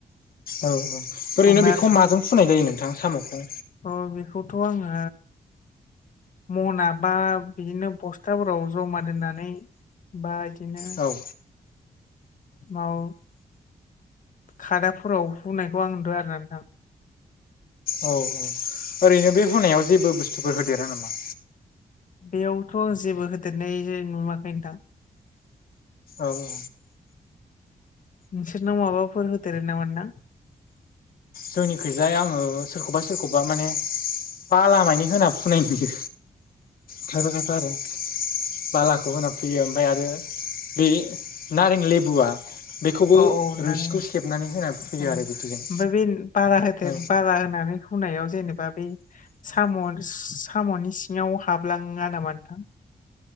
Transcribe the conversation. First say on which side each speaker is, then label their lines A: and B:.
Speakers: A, on the left; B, on the left.
A: औ औ ओरैनो
B: ओमफ्राय
A: बेखौ
B: आरो
A: माजों फुनाय जायो नोंथां साम'खौ?
B: अ बेखौथ' आङो मना बा बिदिनो बस्थाफोराव जमा दोननानै बादिनो
A: औ
B: नाव खादाफोराव हुनायखौ आं नुदों आरोना नोंथां।
A: औ औ ओरैनो बे होनायाव जेबो बुस्थुफोर होदेरा नामा?
B: बेयावथ' जेबो होदेरनाय नुवाखै नोंथां।
A: औ औ
B: नोंसोरनाव माबाफोर होदेरो नामा नोंथां?
A: जोंनिखैजाय आङो सोरखौबा सोरखौबा माने बालामानि होना फुनाय नुयो खायफा खायफा आरो। बालाखौ होना फैयो ओमफ्राय आरो बे नारें लेबुआ बेखौबो
B: औ औ नोंथां
A: रुसिखौ सेबनानै होनानै फुयो
B: औ।
A: आरो बिदिजों।
B: ओमफ्राय बे बारा होदेर
A: औ
B: बारा होनानै होनायाव जेनेबा बे साम साम'नि सिङाव हाबलाङा नामा नोंथां?